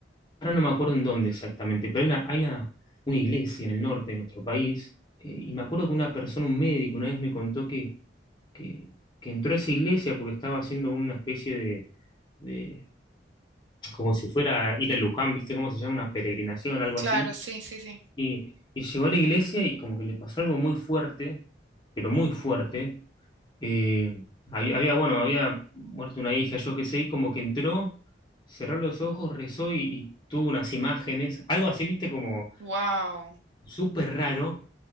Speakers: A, on the left; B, on the right.
A: ahora no me acuerdo en dónde exactamente, pero hay una, hay una, una iglesia en el norte de nuestro país, eh, y me acuerdo que una persona, un médico, una vez me contó que, que, que entró a esa iglesia porque estaba haciendo una especie de, de- como si fuera a ir a Luján, ¿viste cómo se llama? Una peregrinación, algo
B: claro,
A: así,
B: sí, sí, sí.
A: y, y llegó a la iglesia y como que le pasó algo muy fuerte, pero muy fuerte, eh, había, había, bueno, había muerto una hija, yo qué sé, y como que entró cerró los ojos, rezó y, y tuvo unas imágenes, algo así, viste, como,
B: Wow,
A: súper raro.